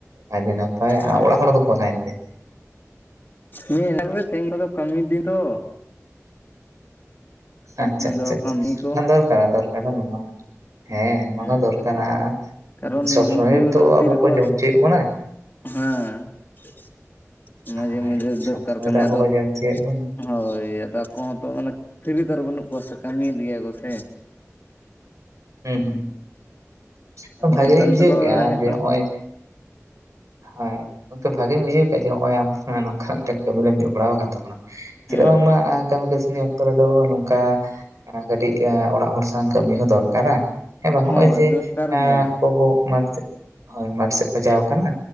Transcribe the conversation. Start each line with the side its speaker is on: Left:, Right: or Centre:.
Right: ᱟᱰᱤ ᱱᱟᱯᱟᱭ ᱟᱨ
Left: ᱦᱮᱸ
Right: ᱚᱲᱟᱜ ᱦᱚᱲ ᱫᱚᱠᱚ ᱚᱠᱟᱭᱮᱱᱛᱮ
Left: ᱦᱮ ᱢᱮᱱᱟᱜ ᱠᱚ ᱜᱮᱭᱟ ᱟᱫᱚ ᱠᱟᱹᱢᱤᱫᱤᱱ ᱛᱚ
Right: ᱟᱪᱷᱟ
Left: ᱟᱫᱚ
Right: ᱟᱪᱷᱟ ᱟᱪᱷᱟ
Left: ᱠᱟᱹᱢᱤ ᱠᱚ
Right: ᱚᱱᱟ ᱫᱚᱨᱠᱟᱨᱟ ᱫᱚᱨᱠᱟᱨᱟ ᱦᱮᱸ ᱱᱚᱣᱟ
Left: ᱦᱮᱸ
Right: ᱦᱚᱸ ᱫᱚᱨᱠᱟᱨᱟ
Left: ᱠᱟᱨᱚᱱ
Right: ᱥᱚᱵᱽ ᱥᱚᱢᱚᱭ
Left: ᱩᱱᱠᱩ
Right: ᱛᱚ
Left: ᱫᱚ
Right: ᱟᱵᱚ
Left: ᱛᱤᱨᱮᱠᱚ
Right: ᱠᱚ ᱡᱚᱢ ᱦᱚᱪᱚᱭᱮᱫ ᱵᱚᱱᱟ
Left: ᱦᱮᱸ ᱢᱟᱡᱷᱮ
Right: ᱦᱳᱭ
Left: ᱢᱟᱡᱷᱮ ᱫᱚᱨᱠᱟᱨ
Right: ᱥᱚᱵ ᱥᱚᱢᱚᱭ
Left: ᱠᱟᱱ
Right: ᱫᱚ
Left: ᱜᱮᱭᱟ
Right: ᱟᱵᱚ
Left: ᱟᱫᱚ
Right: ᱠᱚ ᱡᱚᱢ ᱦᱚᱪᱚᱭᱮᱫ ᱵᱚᱱᱟ
Left: ᱦᱳᱭ ᱟᱫᱚ ᱟᱠᱚ ᱦᱚᱸᱛᱚ ᱢᱟᱱᱮ ᱯᱷᱨᱤ ᱛᱚ ᱵᱟᱹᱱᱩᱜ ᱠᱚᱣᱟ ᱥᱮ ᱠᱟᱹᱢᱤᱭᱮᱫ ᱜᱮᱭᱟ ᱠᱚ ᱥᱮ
Right: ᱦᱩᱸ ᱦᱩᱸ
Left: ᱚᱱᱠᱟᱱ
Right: ᱵᱷᱟᱜᱮᱧ ᱵᱩᱡᱷᱟᱹᱣ
Left: ᱛᱟᱠᱚ
Right: ᱠᱮᱫᱼᱟ
Left: ᱢᱮᱱ ᱦᱩᱭᱩᱜ
Right: ᱡᱮ
Left: ᱠᱟᱱᱟ
Right: ᱱᱚᱜᱼᱚᱭ ᱦᱚᱸᱭ ᱵᱷᱟᱜᱤᱧ ᱵᱩᱡᱷᱟᱹᱣ ᱠᱮᱫ ᱡᱮ ᱱᱚᱜ ᱚᱭ ᱟᱢ ᱱᱚᱝᱠᱟ ᱢᱤᱫᱴᱟᱝ ᱠᱟᱹᱢᱤ ᱨᱮᱢ ᱡᱚᱯᱲᱟᱣ ᱟᱠᱟᱱ ᱛᱟᱵᱚᱱᱟ ᱪᱮᱫᱟᱜ
Left: ᱦᱮᱸ
Right: ᱵᱟᱝᱢᱟ ᱠᱟᱹᱢᱤ ᱠᱟᱹᱥᱱᱤ ᱚᱠᱛᱚ ᱨᱮᱫᱚ ᱱᱚᱝᱠᱟ ᱠᱟᱹᱴᱤᱡ ᱚᱲᱟᱜ ᱦᱚᱲ ᱠᱟᱹᱢᱤ ᱦᱚᱸ ᱫᱚᱨᱠᱟᱨᱟ ᱦᱮᱸ ᱵᱟᱝ ᱱᱚᱜᱼᱚᱭ
Left: ᱦᱳᱭ
Right: ᱡᱮ
Left: ᱫᱚᱨᱠᱟᱨ ᱜᱮᱭᱟ
Right: ᱜᱚᱜᱚ ᱢᱟᱴ ᱥᱮᱫ ᱦᱳᱭ ᱢᱟᱴᱷ ᱥᱮᱫ ᱪᱟᱞᱟᱣ ᱠᱟᱱᱟ